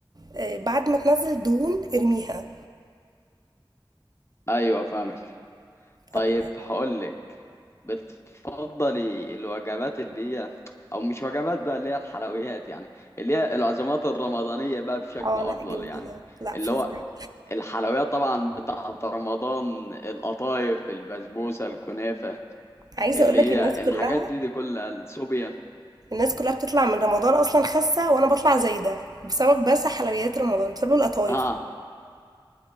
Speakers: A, on the right (about 45°); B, on the left (about 30°).
A: آه، بعد ما تنزل دهون ارميها
B: ايوه فاهمك طيب
A: فبقى-
B: هقولك بتفضلي الوجبات اللي هي او مش وجبات بقى اللي هي الحلويات يعني اللي هي العزومات الرمضانية بقى بشكل
A: اه
B: افضل
A: لا جميلة
B: يعني
A: لا
B: اللي
A: فظيعة
B: هو الحلويات طبعا بتاعة رمضان القطايف البسبوسة الكنافة
A: عايزة
B: اللي
A: اقولك
B: هي
A: الناس كلها
B: الحاجات دي دي كلها السوبيا
A: الناس كلها بتطلع من رمضان اصلا خاسة وانا بطلع زايدة بسبب بس حلويات رمضان بسبب القطايف
B: اه